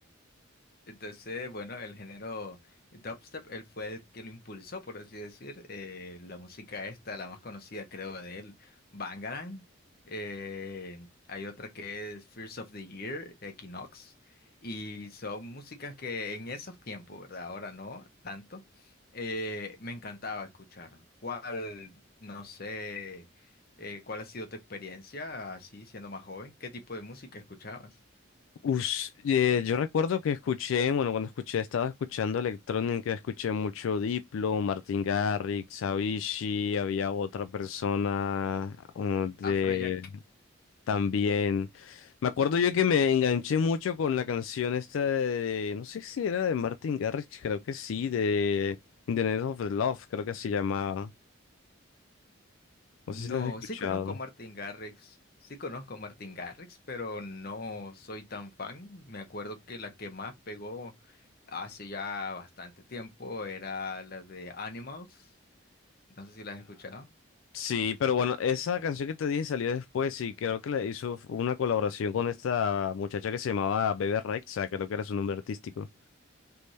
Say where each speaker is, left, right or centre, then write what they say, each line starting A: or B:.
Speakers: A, on the left; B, on the left.
A: Entonces, bueno, el género dubstep, él fue el que lo impulsó, por así decir. eh, la música esta, la más conocida creo de él, Bangarang. eh, hay otra que es Fears of the Year, Equinox. Y son músicas que en esos tiempos, ¿verdad? Ahora no tanto. eh, me encantaba escuchar. ¿Cuál, no sé, eh, cuál ha sido tu experiencia así siendo más joven? ¿Qué tipo de música escuchabas?
B: Us- eh, yo recuerdo que escuché, bueno, cuando escuché, estaba escuchando electrónica, escuché mucho Diplo, Martin Garrix, Avicii, había otra persona uh, de
A: Afrojack.
B: también. Me acuerdo yo que me enganché mucho con la canción esta de, no sé si era de Martin Garrix, creo que sí, de In the Name of the Love, creo que así llamaba. No
A: No,
B: sé si la has escuchado.
A: sí conozco a Martin Garrix, sí conozco a Martin Garrix, pero no soy tan fan. Me acuerdo que la que más pegó hace ya bastante tiempo era la de Animals. No sé si la has escuchado.
B: Sí, pero bueno, esa canción que te dije salió después y creo que le hizo una colaboración con esta muchacha que se llamaba Bebe Rexha, creo que era su nombre artístico.